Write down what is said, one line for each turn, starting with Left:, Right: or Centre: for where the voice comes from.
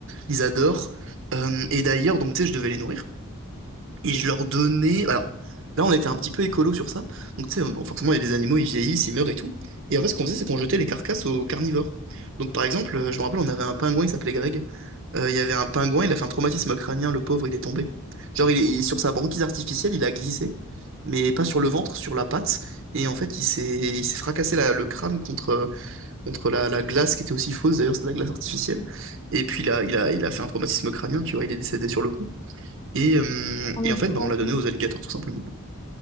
Right: ils adorent. Euh, et d'ailleurs, donc, tu sais, je devais les nourrir. Et je leur donnais. Alors, là, on était un petit peu écolo sur ça. Donc, tu sais, bon, forcément, il y a des animaux, ils vieillissent, ils meurent et tout. Et en fait, ce qu'on faisait, c'est qu'on jetait les carcasses aux carnivores. Donc, par exemple, euh, je me rappelle, on avait un pingouin, il s'appelait Greg. Euh, il y avait un pingouin, il a fait un traumatisme crânien, le pauvre, il est tombé. Genre, il est il- sur sa banquise artificielle, il a glissé, mais pas sur le ventre, sur la patte. Et en fait, il s'est il s'est fracassé la- le crâne contre, euh, contre la, la glace, qui était aussi fausse d'ailleurs, c'est de la glace artificielle. Et puis là, il a, il a fait un traumatisme crânien, tu vois, il est décédé sur le coup. Et, euh,
Left: On
Right: et
Left: est
Right: en fait,
Left: pauvres.
Right: bah, on l'a donné aux alligators, tout simplement.